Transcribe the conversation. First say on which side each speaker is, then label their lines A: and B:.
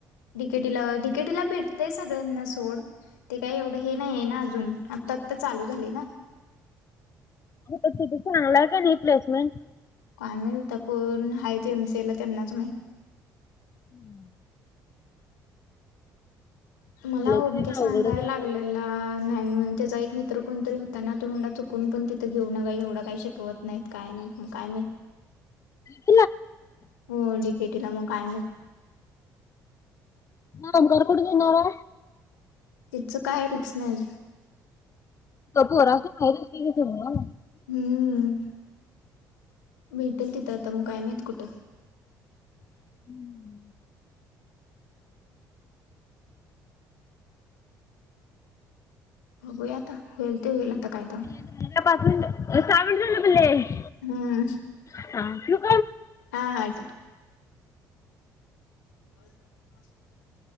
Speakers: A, on the left (about 70°); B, on the left (about 30°).
A: डी के टी, डीकेटीला भेटतय सगळ्यांना सोड ते काही एवढं हे नाहीये ना अजून आत्ता आता चालू झाली ना
B: तिथ लावलाय का नाही प्लेसमेंट
A: कायमता कोून हा ते एमसीला त्यांनाच माहि
B: हम्म कॉलेज
A: मला ओमक्या
B: काय
A: सांगाय
B: अवघडच आहे
A: लागलेला नाही म्हण त्याचा एक मित्र कोणतरी होता ना तो म्हणाला चुकून पण तिथे घेऊ नका एवढा काही शिकवत नाहीत काय नाहीत मग काय मा
B: हम्
A: हो डिकेटीला मग कायम
B: समग कुठे घेणारा
A: तिचं काय फिक्स नाही
B: पो रा अस ना
A: हम्म भेटेल तिथं आता म कायम आहेतत कुठं
B: हम्म
A: बघूया आता होईल ते होईल आता काय तर
B: झालं पाच मिनिट सहा मिनिट झाले पल्ले
A: हम्म
B: हा
A: हा ठेव ह